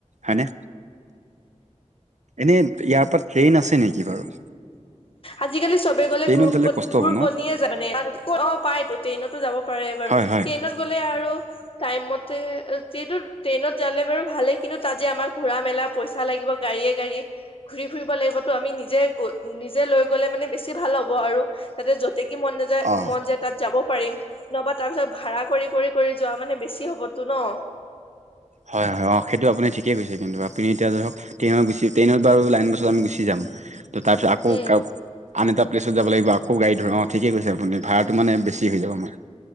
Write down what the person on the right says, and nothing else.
হয়নে। এনে ইয়াৰ পৰা ট্ৰেইন আছে নেকি বাৰু?
ট্ৰেইনত
কষ্ট হ'ব
ন
হয় হয়
অ',
হয়, হয় অ' সেইটো আপুনি ঠিকেই কৈছে কিন্তু আপুনি এতিয়া ধৰক টেইনত গুছি টেইনত বাৰু লাইন বাছত আমি গুচি যাম ত'তাৰপিছত আকৌ
আন এটা প্লেছত যাব লাগিব আকৌ গাড়ী ধৰ অ' ঠিকে কৈছে আপুনি ভাড়াটো মানে বেছি হৈ যাব আমাৰ।